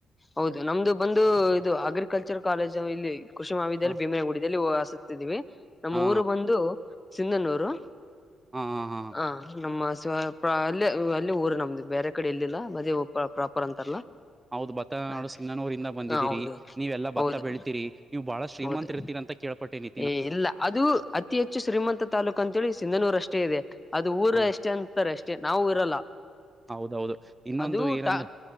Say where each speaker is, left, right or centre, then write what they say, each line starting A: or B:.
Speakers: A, on the left; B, on the right.
A: ಹೌದು ನಮ್ದು ಬಂದು ಇದು ಅಗ್ರಿಕಲ್ಚರ್ ಕಾಲೇಜು ಇಲ್ಲಿ ಕುೃಷಮಾವಿದಿಯಲ್ಲಿ
B: ಹ
A: ಭೀಮನಗುಡಿಯಲ್ಲಿ ವಾಸುಸ್ತಿದಿವಿ. ನಮ್ಮ
B: ಹಾ
A: ಊರು ಬಂದು ಸಿಂಧನೂರು.
B: ಹಾ ಹಾ ಹಾ
A: ಹ ನಮ್ಮ ಸ ಪ್ರ ಅಲ್ಲೆ ವ ಅಲ್ಲೆ ಊರು ನಮ್ದು ಬೇರೆ ಕಡೆ ಎಲ್ಲಿಲ್ಲ ಮದೀ ವ ಪೊ ಪ್ರಾಪರ್ ಅಂತಾರಲ್ಲ
B: ಹೌದ ಬ ಮತ್ತ
A: ಹಾ
B: <unintelligible> ಸಿಂಧನೂರಿಂದ ಬಂದಿದ್ದಿರಿ
A: ಹೌದು
B: ನೀವೆಲ್ಲಾ ಭತ್ತ
A: ಹೌದು
B: ಬೆಳಿತೀರಿ ನೀವು ಬಾಳ ಶ್ರೀಮಂತ್ರ
A: ಹೌದು
B: ಇರ್ತೀರಿ ಅಂತ ಕೇಳ್ಪಟ್ಟಿನಿ.
A: ಏ ಇಲ್ಲ ಅದು ಅತಿ ಹೆಚ್ಚು ಶ್ರೀಮಂತ ತಾಲೂಕ್ ಅಂತೇಳಿ ಸಿಂಧನೂರ ಅಷ್ಟೇ ಇದೆ ಅದು ಊರ
B: ಹೌದು
A: ಎಷ್ಟೇ ಅಂತ ಇರ್ತಾರೆ ಅಷ್ಟೇ ನಾವು ಇರಲ್ಲ.
B: ಹೌದೌದು ಇನ್ನೊಂದು
A: ಅದು
B: ಏನಂದ್ರೆ
A: ಟಾ